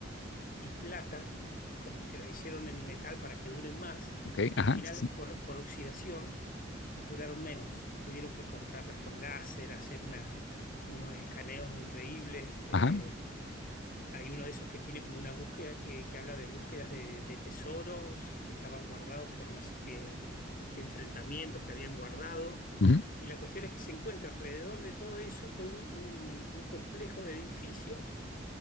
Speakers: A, on the left; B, on the left.
A: y plata, como que las hicieron en metal para que duren más,
B: Ok,
A: y
B: ajá.
A: al final
B: Sí, sí.
A: por, por oxidación duraron menos. Tuvieron que cortarlas con láser, hacer unas- unos escaneos increíbles. eh,
B: Ajá.
A: hay uno de esos que tiene como una búsqueda que, que habla de búsquedas de, de tesoros que estaban guardados por no sé qué, qué enfrentamientos que habían guardado.
B: Uh
A: Y la cuestión es que se encuentra alrededor de todo eso todo un un- un complejo de edificios